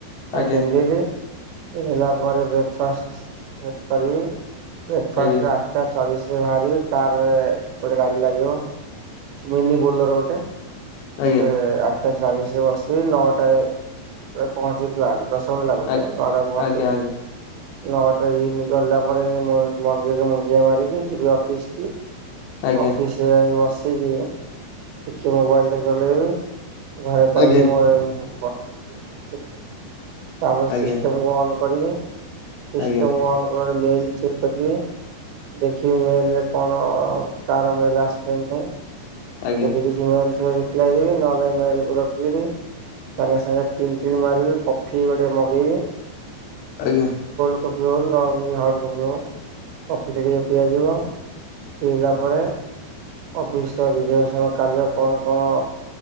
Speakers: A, on the left; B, on the right.
A: ଆଜ୍ଞା
B: ଆଉ ପିନ୍ଧିଲି ପିନ୍ଧିଲା ପରେ ବ୍ରେକଫାଷ୍ଟ୍ ଉଁ କରିବି। ବ୍ରେକଫାଷ୍ଟ୍
A: ଆଜ୍ଞା
B: ଟା ଆଟା ଚାଳିଶ୍ ରେ ବାହାରିବି କାର୍ ରେ ଗୋଟେ ଗାଡ଼ି ଲାଗିବ ମିନି ବୋଲର୍ ଗୋଟେ।
A: ଆଜ୍ଞା
B: ସେ ଆଟଟା ଚାଳିଶରେ ବସିବି ନଅଟା ରେ ପହଞ୍ଚି ପ୍ଲାଣ୍ଟ୍। ଦଶ ମିଣ୍ଟି ଲାଗୁଚି
A: ଆ
B: ଆଉ ନଅଟାରେ ପହଞ୍ଚିବି
A: ଆଜ୍ଞା
B: ନଅଟା ଇନ୍ କଲା ପରେ ଆଇଙ୍କି ମୁଁ ମନ୍ଦିରରେ ମୁଣ୍ଡିଆ ମାରିକି ଯିବି ଅଫିସ୍ କି
A: ଆଜ୍ଞା
B: ଅଫିସ୍ ରେ ଯାଇକି ବସ୍ ତିକି ଟିକି ମୋବାଇଲ୍ ଟେ ଚଲେଇବି ଘରେ କହିବି
A: ଆଜ୍ଞା
B: ମୋଏ ପତୁଲେ ପହଞ୍ଚିମି ତାପରେ
A: ଆଜ୍ଞା
B: ସିଷ୍ଟମ୍ କୁ ଅନ୍ କରିବି। ସିଷ୍ଟମ୍
A: ଆଜ୍ଞା
B: ଅନ୍ ପରେ ମେଲ୍ ଚେକ୍ କରିବେ। ଦେଖିବି ମେଲ୍ ରେ କଣ କାଆର ମେଲ୍ ଆସିଚି ନାଁ ନାଇଁ।
A: ଆଜ୍ଞା
B: ଯଦି କିଛି ବନ୍ଦ ଥିବ ରିପ୍ଲାଏ ଦେବି ନହେଲେ ଵାଇଲିକୁୁ ରଖିିବି। ସାଙ୍ଗେ ସାଙ୍ଗେ ଟିଣି ଟିଣି ମାରିବି କଫି ଗୋଟେ ମଗେଇବି
A: ଆଜ୍ଞା।
B: କପି ହଉ ଲା ହାଡ଼ କଫି ହଉ କଫିଟେ ଟିକେ ପିଆଜି ବ ପିଇଲା ପରେ ଅଫିସ୍। ତ ବିଜୟ ସଣ କାର୍ଯ୍ୟ କଣ କଣ